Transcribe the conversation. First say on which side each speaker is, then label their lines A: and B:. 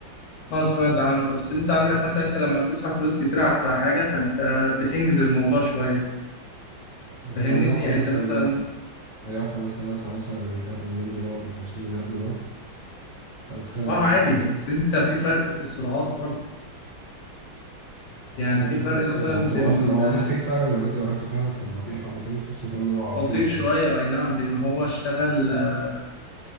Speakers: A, on the left (about 65°); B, on the right (about 35°).
A: اه سمعت عنه بس انت عندك مثلا انت لما بتدفع فلوس كتير على حاجة فانت بتنجز الموضوع شوية
B: بس
A: فاهمني
B: هل يعقل
A: يعني
B: مثلا
A: انت مثلا
B: ان انا هل يعقل مثلا ان أنا ادفع مثلا من 3 مليون دولار ل 50 مليار دولار انت متخيل الرقم
A: اه عادي
B: عامل ازاي
A: بس انت في فرق في السرعات برضو يعني
B: فرق
A: في فرق
B: في السرعة
A: مثلا
B: هو
A: بين
B: اصلا هو
A: آه،
B: ديب سيك فعلا لما جيت جربته فعلا كان بطيء حبتين تحس كان هو عقيم
A: بطيء
B: شوية
A: شوية اي نعم لان هو اشتغل آه،